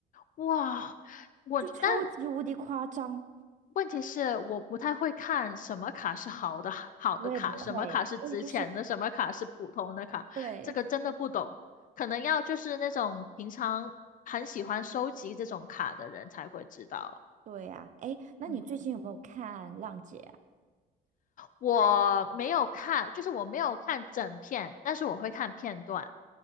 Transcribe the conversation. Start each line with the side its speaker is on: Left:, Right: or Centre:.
Left: 哇，我但
Right: 就超级无敌夸张。
Left: 问题是我不太会看什么卡是好的好的卡，
Right: 我也不会，
Left: 什么卡是值钱的，
Right: 所以就是
Left: 什么卡是普通的卡，
Right: 对，
Left: 这个真的不懂。可能要就是那种平常很喜欢收集这种卡的人才会知道。
Right: 对呀，哎，那你最近有没有看《浪姐》啊？
Left: 嗯，我没有看，就是我没有看整片，但是我会看片段。